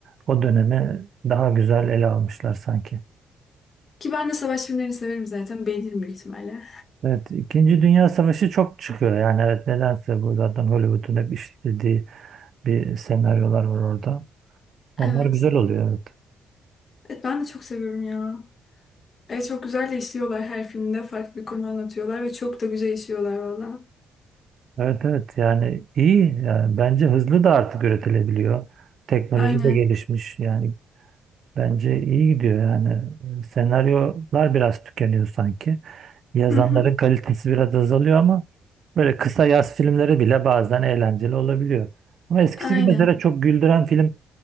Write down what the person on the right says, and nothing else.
o dönemi daha güzel ele almışlar sanki.
Evet, İkinci Dünya Savaşı çok çıkıyor. Yani evet nedense bu zaten Hollywood'un hep işlediği bir senaryolar var orada. Onlar
güzel oluyor evet.
Evet evet yani iyi yani bence hızlı da artık üretilebiliyor. Teknoloji
de gelişmiş yani Bence iyi gidiyor yani. E, Senaryolar biraz tükeniyor sanki. Yazanların
kalitesi biraz azalıyor ama böyle kısa yaz filmleri bile bazen eğlenceli olabiliyor. Ama eskisi
gibi mesela çok güldüren film